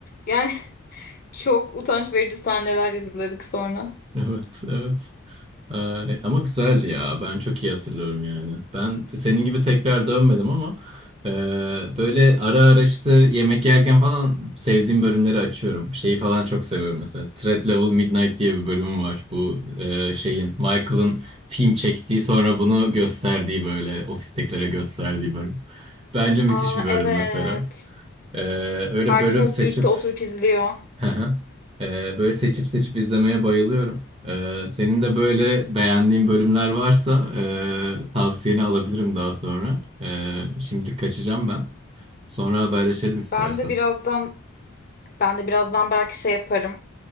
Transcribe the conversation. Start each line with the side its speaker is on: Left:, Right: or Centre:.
Left: yani <laughs> çok utanç verici sahneler izledik sonra.
Right: <laughs> evet evet. Ee, ama güzeldi ya. Ben çok iyi hatırlıyorum yani. Ben senin gibi tekrar dönmedim ama e, böyle ara ara işte yemek yerken falan sevdiğim bölümleri açıyorum. Şeyi falan çok seviyorum mesela. Threat Level Midnight diye bir bölümü var. Bu e, şeyin Michael'ın film çektiği sonra bunu gösterdiği böyle ofistekilere gösterdiği bölüm. Bence müthiş
Left: Aa
Right: bir bölüm
Left: evet.
Right: mesela. Ee, öyle
Left: Herkes
Right: bölüm seçip
Left: birlikte oturup izliyor.
Right: Hı hı. Ee, böyle seçip seçip izlemeye bayılıyorum. Ee, senin de böyle beğendiğin bölümler varsa e, tavsiyeni alabilirim daha sonra. Ee, şimdilik kaçacağım ben. Sonra haberleşelim istersen.
Left: Ben de birazdan ben de birazdan belki şey yaparım.